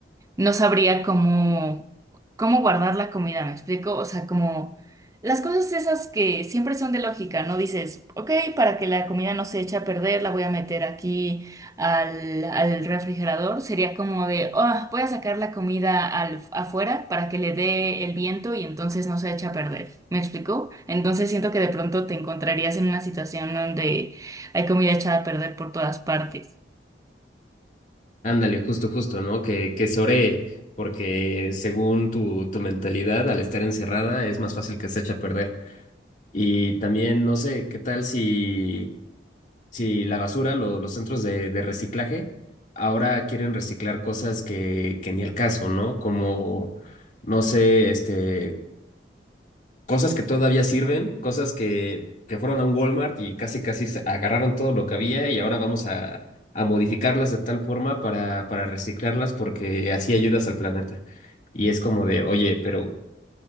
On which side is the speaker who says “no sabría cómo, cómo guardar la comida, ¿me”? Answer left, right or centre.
Right